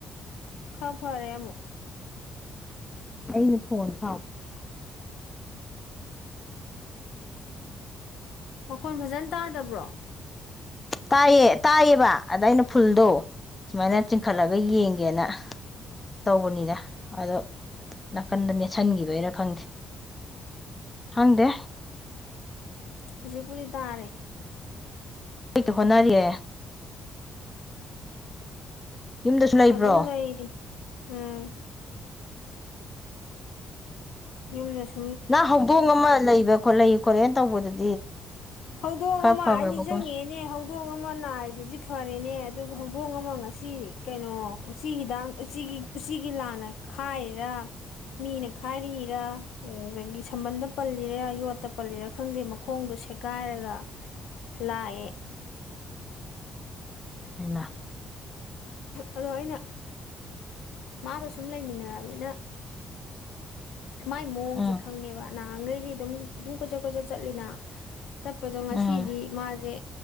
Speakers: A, on the left (about 80°); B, on the left (about 20°).
A: ꯈ ꯐꯔꯦꯃꯣ
B: ꯑꯩꯅ ꯐꯣꯟꯥꯎꯂꯤ
A: ꯃꯈꯣꯟ ꯐꯖꯅ ꯇꯥꯗꯕ꯭ꯔꯣ
B: ꯇꯥꯏꯌꯦ ꯇꯥꯏꯌꯦꯕ ꯑꯗ ꯑꯩꯅ ꯐꯨꯜꯗꯣ ꯁꯨꯃꯥꯏꯅ ꯆꯤꯡꯈꯠꯂꯒ ꯌꯦꯡ ꯌꯦꯅ ꯇꯒꯅꯤꯗ ꯑꯗꯣ ꯅꯥꯀꯟꯗ ꯃꯦꯠꯁꯤꯟꯈꯤꯕꯩꯔꯥ ꯈꯪꯗꯦ ꯍꯪꯗꯦ
A: ꯍꯨꯖꯤ ꯄꯨꯨꯖꯤ ꯇꯥꯔꯦ
B: ꯍꯛꯇ ꯍꯣꯠꯅꯔꯤꯌꯦ ꯌꯨꯝꯗꯁꯨ ꯂꯩꯕ꯭ꯔꯣ
A: ꯑꯗꯨ ꯑꯗꯨꯝ ꯂꯏꯔꯤ ꯎꯝ ꯌꯦꯉꯗꯁ
B: ꯅ ꯍꯧꯗꯣꯡ ꯑꯃ ꯂꯩꯕ ꯈꯣꯠꯛꯏ ꯈꯣꯠꯂꯦ ꯇꯧꯕꯗꯨꯗꯤ
A: ꯍꯧꯗꯣꯡ
B: ꯈꯔ
A: ꯑꯃ
B: ꯐꯈ꯭ꯔꯕꯀꯣ
A: ꯍꯥꯏ ꯅꯤꯡꯁꯤꯡꯉꯛꯦꯅꯦ ꯍꯧꯗꯣꯡ ꯑꯃ ꯅꯥꯏꯗꯨꯗꯤ ꯐꯔꯦꯅꯦ ꯑꯗꯨꯒ ꯍꯧꯗꯣꯡ ꯑꯃ ꯉꯁꯤ ꯀꯩꯅꯣ ꯎꯆꯤ ꯍꯤꯗꯥꯛ ꯎꯆꯤꯒꯤ ꯎꯆꯤꯒꯤ ꯂꯥꯟꯅ ꯈꯥꯏꯔꯤꯔꯥ ꯃꯤꯅ ꯈꯥꯏꯔꯤꯔꯥ ꯑꯗꯒꯤ ꯁꯝꯕꯟꯗ ꯄꯜꯂꯤꯔ ꯌꯣꯠꯇ ꯄꯜꯂꯤꯔꯥ ꯈꯪꯗꯦ ꯃꯈ ꯈꯣꯡꯗꯣ ꯁꯦꯒꯥꯏꯔꯒ ꯂꯥꯛꯑꯦ
B: ꯑꯃ
A: ꯑꯗꯣ ꯑꯩꯅ ꯃꯥꯗꯣ ꯁꯨꯝ ꯂꯩꯃꯤꯟꯅꯔꯃꯤꯅ ꯃꯥꯏ ꯃꯑꯣꯡꯁꯦ
B: ꯎꯝ
A: ꯈꯪꯉꯦꯕ ꯅꯍꯥꯟꯈꯩꯗꯤ ꯑꯗꯨꯝ ꯑꯗꯨꯝ ꯀꯣꯏꯆꯠ ꯀꯣꯏꯆꯠ ꯆꯠꯂꯤꯅ ꯆꯠꯄꯗꯣ ꯉꯁꯤꯗꯤ
B: ꯎꯝ
A: ꯃꯥꯁꯦ